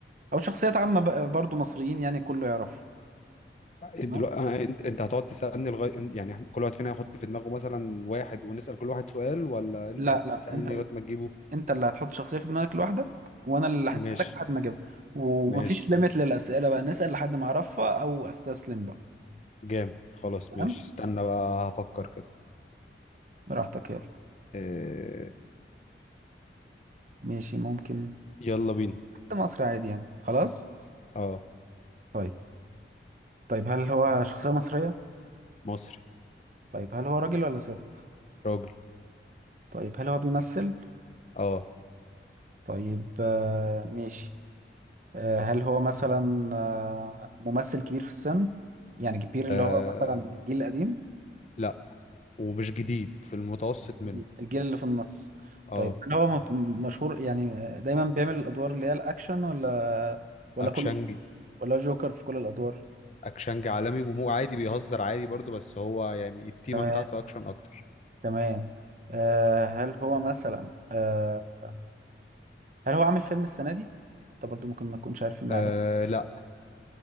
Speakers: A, on the right (about 45°); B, on the left (about 40°).
A: او شخصيات عامه بقى- برضو مصريين يعني كله يعرف
B: دلوقتي
A: تمام
B: انت انت هتقعد تسالني لغايه يعني إحنا- كل واحد فينا هيحط في دماغه مثلا واحد ونسال كل واحد سؤال ولا انت
A: لا
B: هتسالني
A: لا انت ال-
B: لغايه ما تجيبه
A: انت اللي هتحط شخصيه في دماغك لوحدك وانا اللي هسالك
B: ماشي
A: لحد ما اجيبها ومفيش
B: ماشي
A: ليميت للاسئله بقى نسال لحد ما اعرفها او استسلم بقى
B: جامد خلاص
A: تمام
B: ماشي استنى بقى هفكر كده
A: براحتك يلا
B: آه،
A: ماشي ممكن
B: يلا بينا
A: حتى مصر عادي يعني خلاص
B: اه
A: طيب طيب هل هو شخصيه مصريه
B: مصري
A: طيب هل هو راجل ولا ست
B: راجل
A: طيب هل هو بيمثل
B: اه
A: طيب آه، ماشي آه، هل هو مثلا آه، ممثل كبير في السن يعني كبير اللي
B: آه،
A: هو مثلا من الجيل القديم
B: لا ومش جديد في المتوسط
A: كبير.
B: منه
A: الجيل اللي في النص
B: اه
A: طيب هل هو مت- مشهور يعني آه، دايما بيعمل الادوار اللي هي الاكشن ولا ولا
B: اكشنجي
A: كل ولا جوكر في كل الادوار
B: اكشنجي عالمي ومو عادي بيهزر عادي برضه بس هو يعني التيمه
A: تمام
B: بتاعته اكشن اكتر
A: تمام آه، هل هو مثلا آه، هل هو عامل فيلم السنة دي؟ انت برضو ممكن ما تكونش عارف المعلومة
B: آه لا